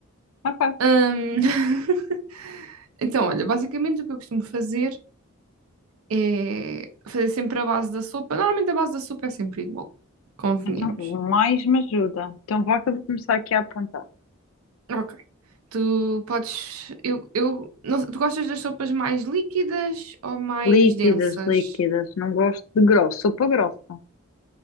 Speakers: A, on the left; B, on the right.
A: ok.
B: Ahm, <laughs> Então, olha, basicamente o que eu costumo fazer é fazer sempre a base da sopa. Normalmente a base da sopa é sempre igual, convenhamos.
A: Então, mais me ajuda. Então, vá que eu vou começar aqui a apontar.
B: Ok. Tu podes. Eu, eu, não sei, tu gostas das sopas mais líquidas ou mais
A: Líquidas,
B: densas?
A: líquidas. Não gosto de grosso. Sopa grossa.